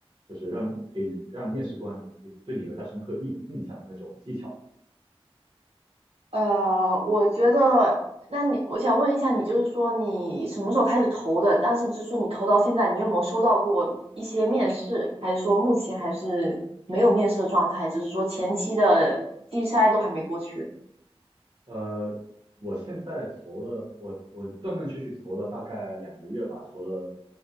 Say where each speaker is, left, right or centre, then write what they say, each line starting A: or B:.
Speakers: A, on the right; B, on the right.
A: 就是让可以让面试官对你留下深刻印印象的那种技巧呢？
B: 呃，我觉得，那你，我想问一下，你就是说你什么时候开始投的？但是就是说你投到现在，你有没有收到过一些面试？还是说目前还是没有面试的状态？只是说前期的机筛都还没过去。
A: 呃，我现在投了，我我断断续续投了大概两个月吧，投了